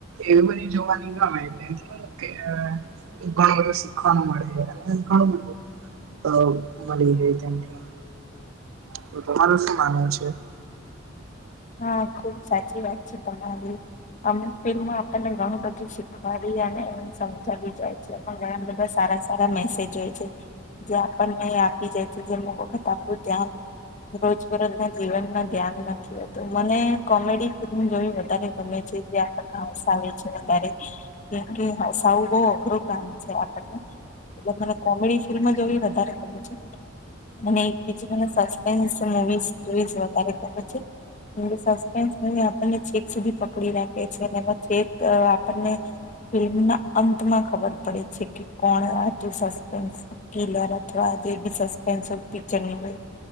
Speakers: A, on the right; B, on the left.
A: એવુ બધી જોવાની ગમે ત્યા થો કે અ ઘણું બધું શીખવાનું મળે છે અને ઘણું બધું <unintelligible> તો તમારું શું માનવું છે?
B: હા, ખુબ સાચી વાત છે તમારી. અમુક ફિલ્મ આપણને ઘણું બધું શીખવાડી અને સમજાવી જાય. ઘણા બધા સારા સારા મેસેજ હોય છે. જે આપણને આપી જાય છે જે અમુક વખત આપણું ધ્યાન રોજબરોજના જીવનમાં ધ્યાન નથી હોતું. તો મને કોમેડી ફિલ્મ જોવી વધારે ગમે છે જે આપને હસાવે છે વધારે. કેમ કે હસાવું બઉ અઘરું કામ છે આપણને. એટલે મને કોમેડી ફિલ્મો જોવી વધારે ગમે છે. અને એકબીજું મને સસ્પેન્સ મુવીસ જોવી વધારે ગમે છે. સસ્પેન્સ મૂવી આપણને છેક સુધી પકડી રાખે છે ને એમાં છેક આપણને ફિલ્મના અંતમાં ખબર પડે છે કે કોણ હતું સસ્પેન્સ. કિલર અથવા જે બી સસ્પેન્સ હોય પિક્ચરની હોય.